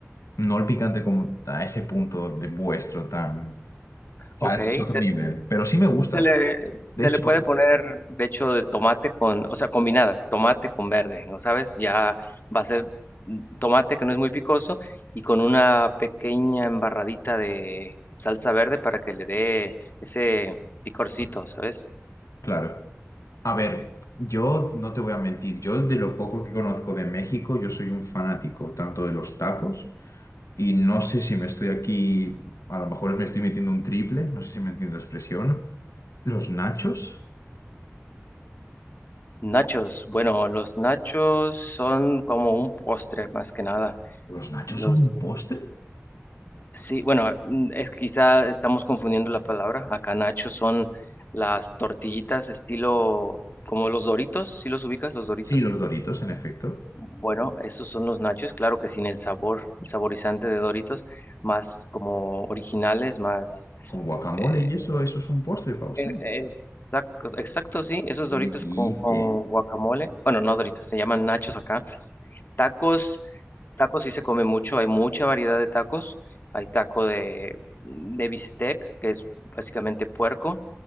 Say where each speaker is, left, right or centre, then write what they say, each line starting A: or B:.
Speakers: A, on the left; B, on the left.
A: no el picante como a ese punto de vuestro tan. O sea,
B: ok.
A: eso es otro
B: Se,
A: nivel. Pero sí me gusta.
B: se le, se
A: De hecho,
B: le puede poner, de hecho, de tomate con, o sea, combinadas, tomate con verde, ¿no sabes? Ya va a ser mm, tomate que no es muy picoso y con una pequeña embarradita de salsa verde para que le dé ese picorcito, ¿sabes?
A: claro. A ver, yo no te voy a mentir, yo de lo poco que conozco de México, yo soy un fanático tanto de los tacos y no sé si me estoy aquí, a lo mejor me estoy metiendo un triple, no sé si me entiendo la expresión. ¿Los nachos?
B: Nachos, bueno, los nachos son como un postre más que nada.
A: ¿Los nachos
B: Los
A: son un postre?
B: Sí, bueno, mm, es que quizá estamos confundiendo la palabra. Acá nachos son las tortillitas estilo como los Doritos, ¿Sí los ubicas, los Doritos?
A: Sí, los Doritos, en efecto.
B: Bueno, esos son los nachos, claro que sin el sabor, el saborizante de Doritos, más como originales, más...
A: Con guacamole
B: eh,
A: y eso, eso es un postre para ustedes.
B: eh, eh, exacto, exacto, sí, esos
A: ¿Qué
B: Doritos
A: dice?
B: con, con guacamole, bueno, no Doritos, se llaman nachos acá, Tacos, tacos sí se come mucho, hay mucha variedad de tacos. Hay taco de, de bistec, que es básicamente puerco,